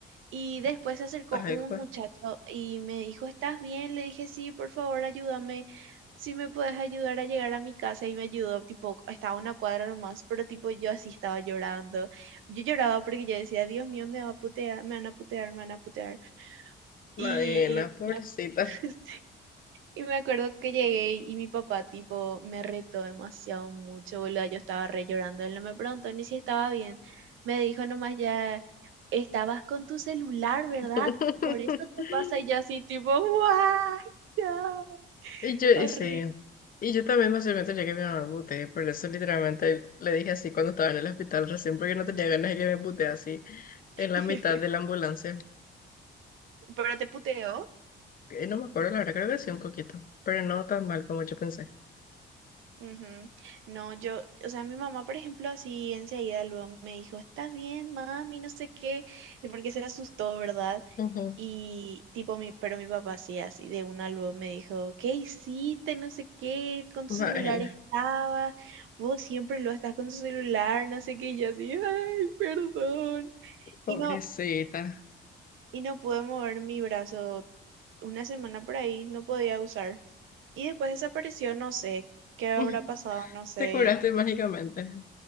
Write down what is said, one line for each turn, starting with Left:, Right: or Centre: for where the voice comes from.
Right: Y después se acercó
Left: Ay,
Right: un
Left: fue.
Right: muchacho y me dijo, ¿estás bien? Le dije, sí, por favor, ayúdame. Si me puedes ayudar a llegar a mi casa y me ayudó, tipo, estaba a una cuadra nomás, pero tipo yo así estaba llorando. Yo lloraba porque yo decía, Dios mío, me va a putear, me van a putear, me van a putear. Y
Left: Maena, pobrecita.
Right: me ac- <laughs> Y me acuerdo que llegué y mi papá, tipo, me retó demasiado mucho, boludo. Yo estaba re llorando. Él no me preguntó ni si estaba bien. Me dijo nomás ya, estabas con tu celular, ¿verdad?
Left: <laughs>
Right: Por eso te pasa. Y yo así, tipo, ¡guay! No,
Left: Y yo, y
Right: horrible.
Left: sí, y yo también más o menos ya que mi mamá me puté, por eso literalmente le dije así cuando estaba en el hospital recién, porque no tenía ganas de que me putee así
Right: <laughs>
Left: en la mitad de la ambulancia.
Right: Pero te puteó.
Left: Eh, no me acuerdo, la verdad, creo que sí un poquito, pero no tan mal como yo pensé.
Right: Ujú. No, yo, o sea, mi mamá, por ejemplo, así enseguida luego me dijo, ¿estás bien, mami? No sé qué, porque se asustó, ¿verdad?
Left: Ujú.
Right: Y tipo mi, pero mi papá sí, así de una luego me dijo, ¿qué hiciste? No sé qué, con tu
Left: Bueno,
Right: celular estabas, vos siempre lo estás con tu celular, no sé qué, y yo así, ay, perdón.
Left: pobrecita.
Right: Y no, y no pude mover mi brazo una semana por ahí, no podía usar. Y después desapareció, no sé qué habrá
Left: <laughs>
Right: pasado, no sé.
Left: Te curaste mágicamente.